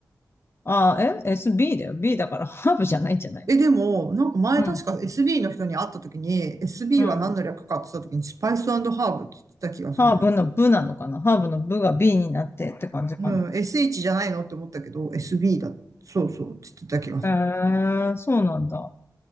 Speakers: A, on the left; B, on the right.
A: あー、え ?SB だよ。B だからハーブじゃないんじゃない
B: え、でも、なんか前確か
A: うん、
B: SB の人に会った時に、SB
A: うん。
B: は何の略かって言った時に、スパイスハーブって言ってた気がするんだよ。
A: ハーブの部なのかなハーブの部が B になってって感じかな。
B: うん、SH じゃないのって思ったけど、SB だ。そうそうって言ってた気がする。
A: えー、そうなんだ。